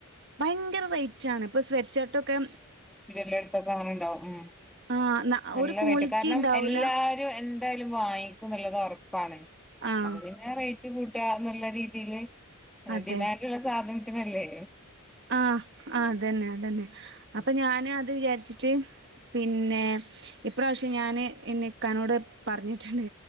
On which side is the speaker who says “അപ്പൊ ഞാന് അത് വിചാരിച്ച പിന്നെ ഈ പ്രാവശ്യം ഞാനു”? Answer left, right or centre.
Right